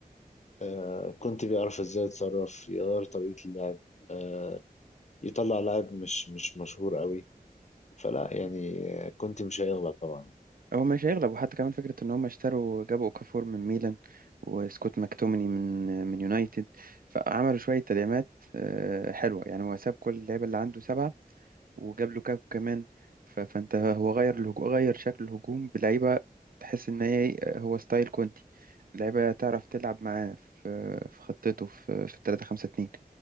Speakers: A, on the left (about 50°); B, on the right (about 65°).
A: آه، كونتي بيعرف ازاي يتصرف يغير طريقه اللعب آه، يطلع لاعب مش مش مشهور قوي فلا يعني آه، كونتي مش هيغلط طبعا
B: هو مش هيغلب وحتى كمان فكرة إن هم اشتروا جابوا أوكافور من ميلان وسكوت ماكتوميني من آه، من يونايتد فعملوا شوية تدعيمات آه، حلوة يعني هو ساب كل اللعيبة اللي عنده سبعة وجاب لوكاكو كمان ف- فانت هو غير الهجوم غير شكل الهجوم بلعيبه تحس ان هي هو ستايل كونتي لعيبه تعرف تلعب معاه في في خطته في في 3 5 2